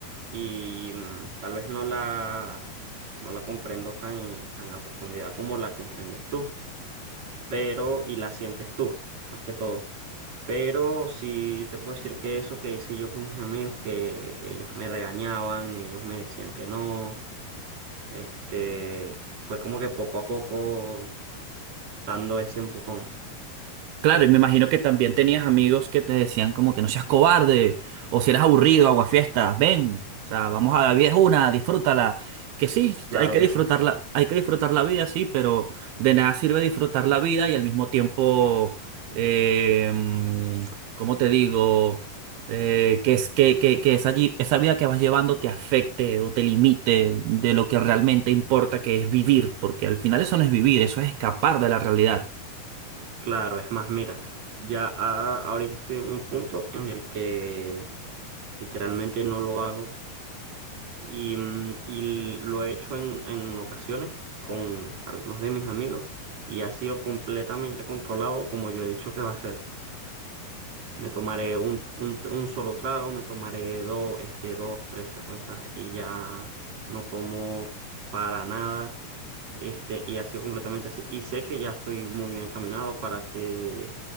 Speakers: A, on the right; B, on the right.
A: Y mm, tal vez no la, no la comprendo tan, tan a profundidad como la comprendes tú. Pero, y la sientes tú, más que todo. Pero sí te puedo decir que eso que hice yo con mis amigos, que ellos me regañaban, ellos me decían que no. Este, fue como que poco a poco dando ese empujón.
B: Claro, y
A: Eh,
B: me imagino que también tenías amigos que te decían como que no seas cobarde, o si eres aburrido, aguafiestas, ven, o sea, vamos a la vida es una, disfrútala. Que sí,
A: Claro
B: hay que
A: que
B: disfrutarla,
A: sí,
B: hay que disfrutar la vida, sí, pero de nada sirve disfrutar la vida y al mismo tiempo, eh, mm, ¿cómo te digo? Eh, que es que, que, que esa, lli- esa vida que vas llevando te afecte o te limite de lo que realmente importa, que es vivir, porque al final eso no es vivir, eso es escapar de la realidad.
A: claro, es más, mira, ya a- ahorita estoy en un punto en el que literalmente no lo hago y, mm, y l- lo he hecho en, en ocasiones con algunos de mis amigos y ha sido completamente controlado como yo he dicho que va a ser. Me tomaré un, un, tr- un solo trago, me tomaré dos, este, dos, tres cervezas y ya no tomo para nada. Este, y ha sido completamente así. Y sé que ya estoy muy bien encaminado para que